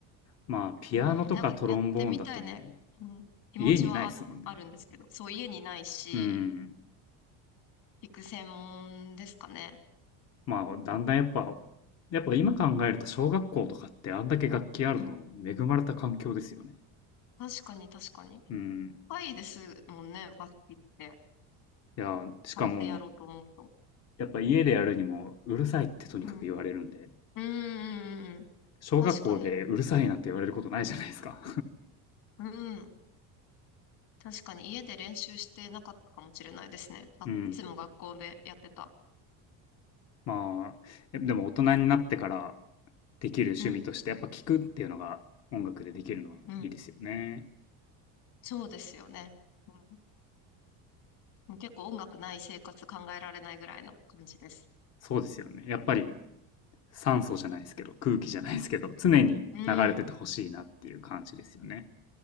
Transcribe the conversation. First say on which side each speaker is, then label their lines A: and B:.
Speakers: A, on the left (about 40°); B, on the left (about 60°).
A: まあ、ピアノとかトロンボーンだとね、
B: うん、なんかやってみたいね、うん、気持ちはあ、
A: 家にないですもんね。
B: あるんですけど、そう家にないし、
A: うん。
B: 弾く専門ですかね。
A: まあ、だんだんやっぱ、やっぱ今考えると小学校とかってあんだけ楽器あるの恵まれた環境ですよね。
B: うん。確かに確かに。
A: うん。
B: 高いですもんね、楽器って。
A: いや、しかも、
B: 買ってやろうと思うと。
A: やっぱ家でやるにもうるさいってとにかく言われるんで、
B: うん。うん、うん、うん。うん
A: 小学校でうるさいなんて言われることないじゃないですか。
B: 確かに。うん。確かに家で練習してなかったかもしれないですね。
A: <laughs>
B: 学いつも学校でやってた。
A: うん。まあ、えでも大人になってからできる趣味として、
B: うん、
A: やっぱ聴くっていうのが音楽でできるのはいいですよね。
B: うん。そうですよね。うん、もう結構音楽ない生活考えられないぐらいの感じです。
A: そうですよね。やっぱり酸素じゃないですけど、空気じゃないですけど、常に流れててほしいなっていう感じですよね。
B: うん。